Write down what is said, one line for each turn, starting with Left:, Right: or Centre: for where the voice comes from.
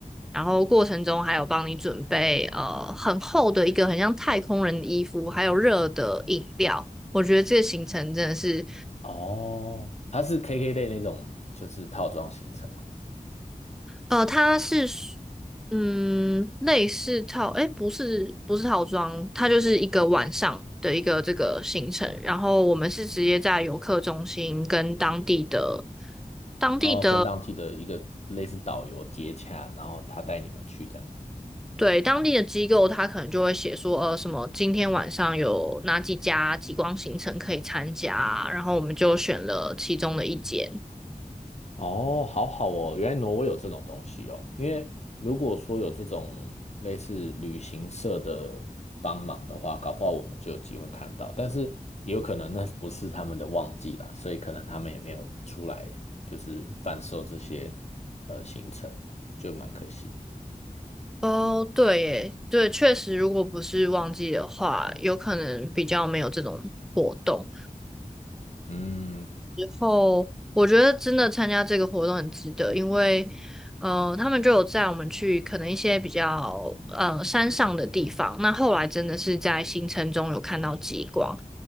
Centre: 然后过程中还有帮你准备呃很厚的一个很像太空人的衣服，还有热的饮料。我觉得这个行程真的是，
Left: 哦，它是 KKday 那种就是套装行程嘛，
Centre: 呃，它是嗯类似套，哎不是不是套装，它就是一个晚上的一个这个行程。然后我们是直接在游客中心跟当地的当地的
Left: 然后跟当地的一个类似导游接洽，然后他带你们去这样。
Centre: 对，当地的机构，他可能就会写说，呃，什么今天晚上有哪几家极光行程可以参加啊，然后我们就选了其中的一间。
Left: 哦，好好哦，原来挪威有这种东西哦。因为如果说有这种类似旅行社的帮忙的话，搞不好我们就有机会看到。但是也有可能那不是他们的旺季啦，所以可能他们也没有出来就是贩售这些呃行程，就蛮可惜的。
Centre: 哦，对耶，对，确实，如果不是旺季的话，有可能比较没有这种活动。
Left: 嗯，
Centre: 后，我觉得真的参加这个活动很值得，因为，呃，他们就有载我们去可能一些比较呃山上的地方。那后来真的是在行程中有看到极光，